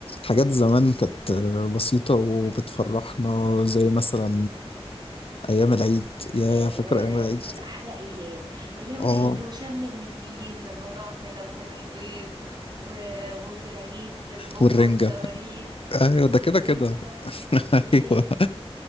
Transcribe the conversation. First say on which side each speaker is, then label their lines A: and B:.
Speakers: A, on the left; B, on the right.
A: حاجات زمان كانت بسيطة وبتفرحنا زي مثلا أيام العيد يا
B: ياه
A: فاكر أيام العيد
B: دي كانت احلى ايام ايام
A: اه
B: العيد وشم النسيم لما نقعد نلون البيض و... وفي العيد البومب
A: والرنجة
B: والصواريخ
A: أيوة ده
B: والرنجة
A: كده كده <laughs>
B: ياه
A: أيوة